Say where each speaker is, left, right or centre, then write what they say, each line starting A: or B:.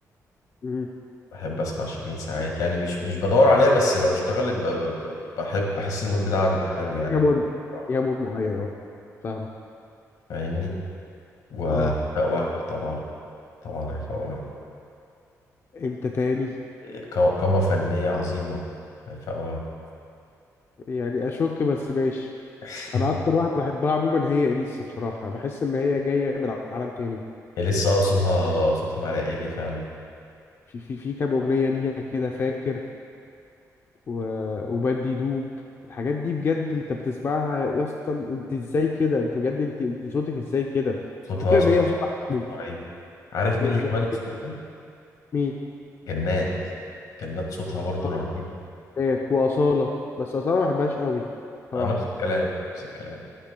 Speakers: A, on the left (about 40°); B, on the left (about 80°).
A: مم.
B: بحب أسمع شيرين ساعات يعني مش مش بدور عليها بس لو اشتغلت ب... ب- بحب بحس المود بتاعها بيبقى حلو يعني
A: يا
B: بحب
A: مود
B: بصراحة
A: يا مود معين اه فاهمه
B: فاهمني وهيفاء
A: اه
B: وهبي طبعا طبعا هيفاء وهبي
A: انت تاني
B: آه، ق- قامة فنية عظيمة هيفاء وهبي
A: يعني اشك بس ماشي
B: <laughs>
A: انا اكتر واحده بحبها عموما هي اليسا بصراحه بحس ان هي جايه من عالم تاني
B: هي لسه اه صوتها صوتها ملائكي فعلا
A: في في في كام اغنيه ليها كده فاكر و- وبدي دوب الحاجات دي بجد انت بتسمعها يا اسطى انت ازاي كده انت بجد انت انت صوتك ازاي كده
B: صوتها
A: فكرة
B: صوت
A: ان هي صوتها حلو
B: صوتها رهيب عارف
A: و-
B: مين اللي كمان
A: و-
B: اللي صوته حلو
A: مين
B: جنات جنات صوتها برضو
A: آه،
B: رهيب
A: ناس وأصالة بس أصالة ما بحبهاش قوي صراحة
B: آه، نفس الكلام نفس الكلام